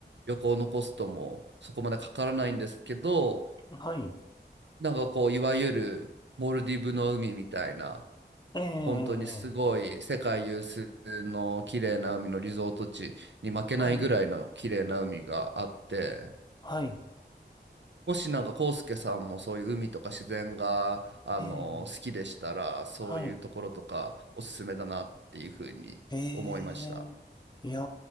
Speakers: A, on the right (about 80°); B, on the left (about 25°).
A: 旅行のコストもそこまでかからないんですけど
B: はい、
A: なんかこういわゆるモルディブの海みたいな
B: ええ、
A: 本当にすごい世界有数の綺麗な海のリゾート地に負けないぐらいの綺麗な海があって
B: はい、はい、
A: もしなんかコウスケさんもそういう海とか自然があの好きでしたらそういうところとかおすすめだなっていうふうに思いました。
B: ええ、はい。ええ、いや